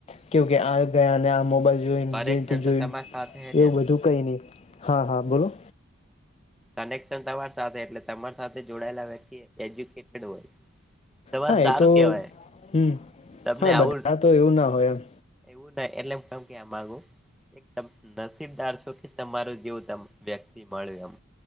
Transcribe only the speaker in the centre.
કનેક્શન
તો તમારી સાથે હે ને
એનું
કનેક્શન તમારી સાથે, એટલે તમારી સાથે જોડાયેલા વ્યક્તિ એક એજ્યુકેટેડ હોય. તમારે
સારું
કેવાય
તમને
આવું
એવું નઈ એટલે હું તમને એમ કેવા માંગુ. એકદમ નસીબદાર છું કે તમારો જેવો વ્યક્તિ મળ્યું એમ.